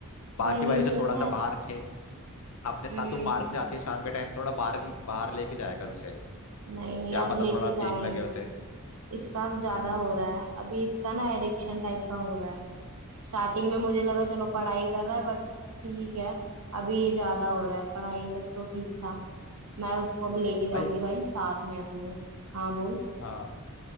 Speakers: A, on the left; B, on the right.
A: बाकी
B: वही
A: भाई उसे
B: तो
A: थोड़ा
B: ना
A: सा
B: यार
A: बाहर खे अपने साथ
B: हम्म
A: तो पार्क जाती है शाम के टाइम थोड़ा बाहर ही बाहर लेके जाया कर उसे
B: नहीं नहीं
A: क्या
B: अब
A: पता
B: लेके
A: थोड़ा ठीक
B: जाऊंगी
A: लगे उसे
B: इसका अब ज्यादा
A: हम्म
B: हो रहा है अभी इसका ना एडिक्शन टाइप का हो रहा है स्टार्टिंग में मुझे लगा
A: भाई
B: चलो पढ़ाई कर रहा है बट ठीक है अभी ये ज्यादा हो रहा है पढ़ाई तक तो ठीक था मैं उसको
A: हम्म
B: अब लेके जाऊंगी
A: भाई
B: भाई साथ में अपने हाँ बोल
A: हाँ